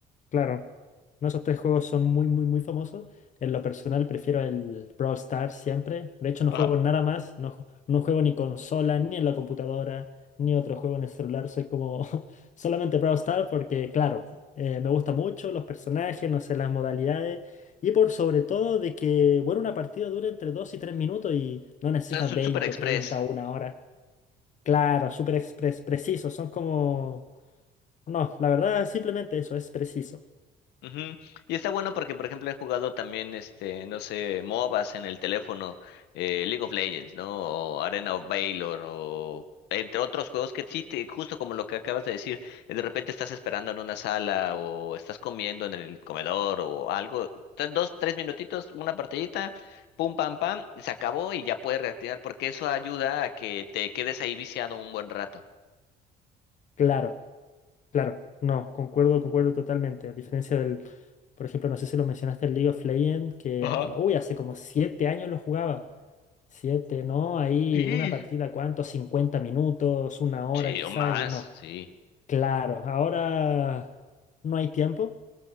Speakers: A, on the left; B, on the left.
A: claro. No, esos tres juegos son muy, muy, muy famosos. En lo personal prefiero el Brawl Stars siempre. De hecho, no
B: Ajá.
A: juego nada más. No, ju- no juego ni consola, ni en la computadora, ni otro juego en el celular. Soy como <laughs> solamente Brawl Stars porque, claro, eh, me gusta mucho los personajes, no sé, las modalidades. Y por sobre todo de que, bueno, una partida dura entre 2 y 3 minutos y no necesitas
B: O sea, Es un
A: 20,
B: Super Express.
A: 30 o una hora. Claro, súper expres- preciso, son como... No, la verdad simplemente eso, es preciso.
B: Ujú. Y está bueno porque, por ejemplo, he jugado también, este, no sé, MOBAs en el teléfono, eh, League of Legends, ¿no? O Arena of Valor, o entre otros juegos que sí, te, justo como lo que acabas de decir, eh, de repente estás esperando en una sala o estás comiendo en el comedor o algo, te- dos, tres minutitos, una partidita, pum, pam, pam, y se acabó y ya puedes reactivar porque eso ayuda a que te quedes ahí viciado un buen rato.
A: Claro, claro, no, concuerdo, concuerdo totalmente. A diferencia del, por ejemplo, no sé si lo mencionaste el League of Legends, que,
B: Ajá.
A: uy, hace como siete años lo jugaba. Siete, ¿no? Ahí
B: Sí.
A: una partida, ¿cuánto? cincuenta minutos, una hora
B: Sí,
A: quizás,
B: o más,
A: y no.
B: sí.
A: Claro, ahora no hay tiempo.